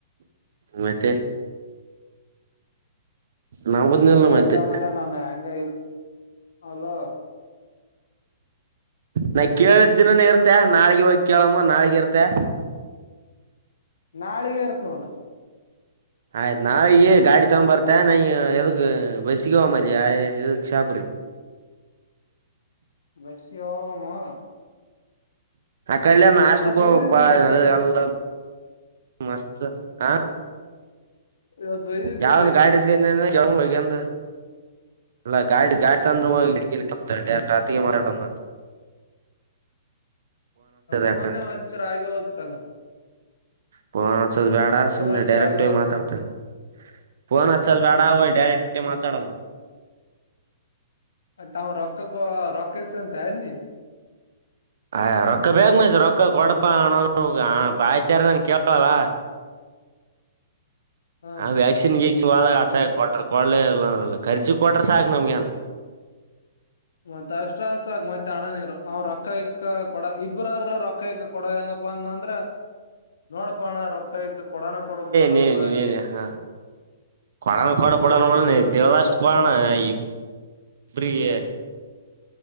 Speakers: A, on the right; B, on the left.
A: ಮತ್ತೆ ನಾ ಬಂದಿಲ್ಲ
B: ಇರ್ಲಕ್ಲ
A: ಮತ್ತೆ
B: ಮಗ ನಾನ ಹೆಂಗ ಇರ್ ಹಲೋ
A: ನಾ ಕೇಳಿದ್ದ ದಿನಾನೇ ಇರ್ತ ನಾಳಗ ಹೋಗಿ ಕೇಳಮ್ಮ ನಾಳಗ ಇರ್ತೆ
B: ನಾಳಿಗೆ ಇರ್ತ್ ನೋಡು
A: ಆಯ್ತು ನಾವ ಈಗ ಗಾಡಿ ತಗೊ್ ಬರ್ತೆೇ ನ ಎದಗ್ ಬಸ್ ಹೋಗ ಬರ್ರಿ ಶಾಪ ರೀ
B: <inaudible> ಬಸ್ಸಿಗೆ ಹೋಗಮು
A: ಅಕ್ಕಡಲ್ಲ ಹಾಸ್ಟೆಲ್ಗೆ ಹೋಗಬೇಕು
B: ಒಯ್ದಿದ್ದಿಲ್ಲ
A: ಬಾ <unintelligible> ಅ
B: ಗಾಡಿ
A: ಎಲ್ಲ ಮಸ್ತ್ ಹಾ
B: ಇವತ್ ಒಯ್ದಿದ್ವಿ
A: ಯಾವ್ದನ್
B: ಬೈಕ್
A: ಗಾಡಿಸಕ ಹಗಂದ ಅಲ್ಲಾ ಗಾಡಿ ಗಾಡಿ ತಂದ್ರ ಗಿಡ್ಕಿ ಕ್ತ ಡೈರೆಕ್ಟ್ ಆತಿಗೆ ಮಾರಾಡಂಗ
B: ಆ ಫೋನೆ
A: ಯಾಕ
B: ಹಚ್ಚಿದರೆ ಹಾಗೆ ಹೋಯ್ತಲ್ಲ
A: ಫೋನ್ ಅಚ್ಚು ಬ್ಯಾಡ ಸುಮ್ನೆ
B: ಹಚ್ಚರಾಗ
A: ಡೈರೆಕ್ಟ್ ಮಾತಾಡ್ತಾರೆ ಫೋನ್ ಹಚ್ಚು ಬೇಡ ಹೋಗಿ ಡೈರೆಕ್ಟಾಗಿ ಮಾತಾಡೋನ
B: ಅಂತ ರೊಕ್ಕಕ ರೊಕ್ಕ ಇಸ್ಕೊತಿಯ ನೀ
A: ಹ ರೊಕ್ಕ ಬೇಗ ಮತ್ತೆ ರೊಕ್ಕ ಕೊಡುಪ
B: ಅಲ
A: ಅಣ ಅಂತ ಬಾಯ್ತಾರದನ್ ಕೇಳವಲ್ಲ
B: ಹಾ
A: ಅಂತ ವ್ಯಾಕ್ಸಿನ್ಗೆ ದಾಗ ಆಥ ಕೊಟ್ರ ಕೊಳ್ಳೇ ಇಲ್ಲಂದಲ್ಲ ಕಖರ್ಚಿ ಕೊಟ್ರ ಸಾಕಕ್ ನಮ್ಗೆನ
B: ಮತ್ತತ್ ಅಷ್ಟ ಸಾಕಕ್ ಮತ್ತೆ ಹಣ ನೀರು ಅವ್ ರೊಕ್ಕಾಯಕ್ಕ ಕೊಡ ಇಬ್ಬ್ರಾದ್ರ ರೊಕ್ಕ ಇಕ್ಕ ಕೊಡದ ಹೆಂಗ ಬಂದಂದ್ರೆ ನೋಡಪ್ಪಣ್ಣ ರೊಕ್ಕಾಯಕ ಕೊಡೋಣ ಕೊಡ ಬಿಡಣ
A: ನೀ
B: ಬಿಡ
A: ನೀ ನೀ ಹ ಕೊಡನ ಕೊಡ
B: ಇಬ್ಬರು
A: ಬಿಡಣಡ
B: ಇಬ್ಬರು
A: ನೀನು
B: ಇರ್ತ
A: ತಿಳಿದಷ್ಟು
B: ಅಂತ
A: ಕೊಡೋಣ ಇಬ್ಬರಿಗೆ